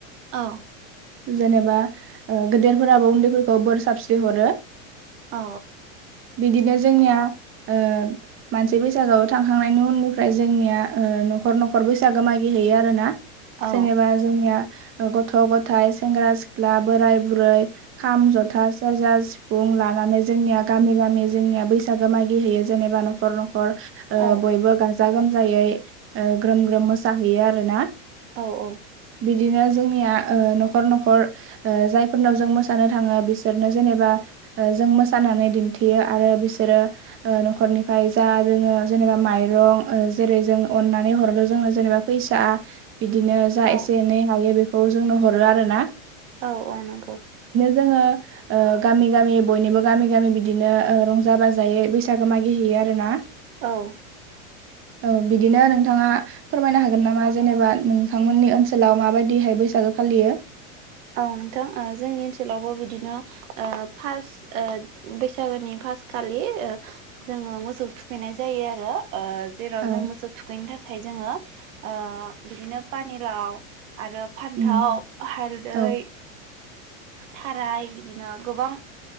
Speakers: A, on the right; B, on the right.
A: औ
B: जेनेबा गेदेरफोराबो उन्दैफोरखौ बोर सारस्रि हरो
A: औ
B: बिदिनो जोंनिया ओ मानसि बैसागोआव थांखांनायनि उननिफ्राय जोंनिया ओ न'खर न'ख नखर बैसागो मागि हैयो आरोना
A: औ
B: जेनेबा जोंनिया ओ गथ' गथाय सेंग्रा सिख्ला बोराय बुरै खाम जथा सेरजा सिफुं लानानै जोंनिया गामि गामि जोंनिया बैसागो मागि होयो जेनेबा न'खर न'खर ओ
A: औ
B: बयबो गास गाजा गोमजायै ओ ग्रोम ग्रोम मोसाहैयो आरोना
A: औ औ
B: बिदिनो जोंनिया अ न'खर न'खर अ जायफोरनाव जों मोसानो थाङो बिसोरनो जेनेबा अ जों मोसानानै दिन्थियो आरो बिसोरो अ न'खरनिफ्राय जा जोङो जेनेबा माइरं ओ जेरै जों अननानै हर रो जोंनो जेनेबा फैसा बिदिनो जा
A: औ
B: एसे एनै हायो बेखौ जोंनो हरो आरो ना
A: औ अ नंगौ
B: जोङो अ गामि गामि बयनिबो गामि गामि बिदिनो अ रंजा बाजायै बैसागो मागिहैयो आरो ना
A: औ
B: औ बिदिनो नोंथाङा फोरमायनो हागोन नामा जेनेबा नोंथांमोननि ओनसोलाव माबायदिहाय बैसागो फालियो
A: औ नोंथां जोंनि ओनसोलावबो बिदिनो अ फार्स्ट अ बैसागोनि फास खालि अ जोङो मोसौ थुखैनाय जायो आरो अ जेराव
B: औ
A: जों मोसौ थुखैनो थाखाय जोङो ओ बिदिनो पानिलाव आरो फान्थाव
B: उम
A: हालदै
B: औ <inaudible>
A: खाराय बिदिनो गोबां